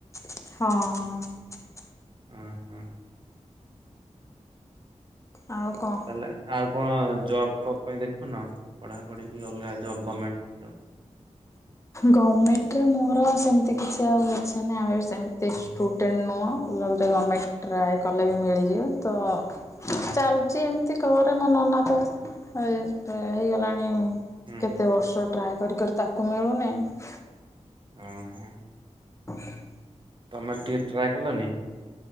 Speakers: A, on the left (about 25°); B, on the right (about 40°).
A: ହଁ।
B: ହୁଁ ହୁଁ।
A: ଆଉ କଣ?
B: ତାହେଲେ ଆଉ କଣ ଜବ୍ ଫବ୍ ପାଇଁ ଦେଖୁନ ପଢାପଢି କି ଅଲଗା ଜବ୍ ଗମେଣ୍ଟ ଜବ।
A: ଗମେଣ୍ଟରେ ମୋର ସେମିତି କିଛି ଆଉ ଇଚ୍ଛା ନାହିଁ ଆମେ ବି ସେମିତି ଷ୍ଟୁଡେଣ୍ଟ ନୁହଁ ଯେଉଁଥିରେ ଆମେ ଟ୍ରାଏ କଲେ ବି ମିଳିଯିବ ତ ଚାଲୁଚି ଏମିତି ଘରେ ମୋର ନନା ତ ହେଇଗଲାଣି
B: ହୁଁ
A: କେତେ
B: ହୁଁ
A: ବର୍ଷ ଟ୍ରାଏ କରି କରି ତାକୁ ମିଳୁନି? <unintelligible>
B: ଉଁ ହଁ।
A: <unintelligible>
B: ତମେ ଟିଏ ଟ୍ରାଏ କଲନି?